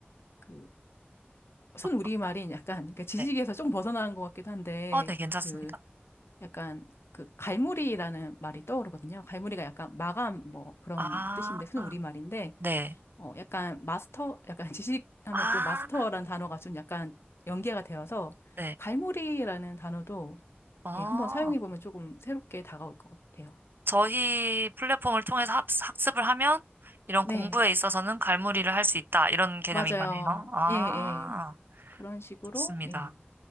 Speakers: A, on the left; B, on the right.
A: 그, 순우리말인
B: 어,
A: 약간, 그러니까 지식에서
B: 네,
A: 좀 벗어나는 것 같기도 한데,
B: 어, 네, 괜찮습니다.
A: 그, 약간 그 갈무리라는 말이 떠오르거든요. 갈무리가 약간 마감 뭐 그런
B: 아,
A: 뜻인데 순 우리말인데
B: 네,
A: 어 약간 마스터 약간 <laughs> 지식하면
B: 아,
A: 또 마스터라는 단어가 좀 약간 연계가 되어서
B: 네,
A: 갈무리라는 단어도
B: 어,
A: 예, 한번 사용해 보면 조금 새롭게 다가올 것 같아요.
B: 저희 플랫폼을 통해서 학- 학습을 하면 이런
A: 네,
B: 공부에 있어서는 갈무리를 할 수 있다 이런 개념인
A: 맞아요.
B: 거네요. 아,
A: 예, 예. 그런 식으로
B: 좋습니다.
A: 예.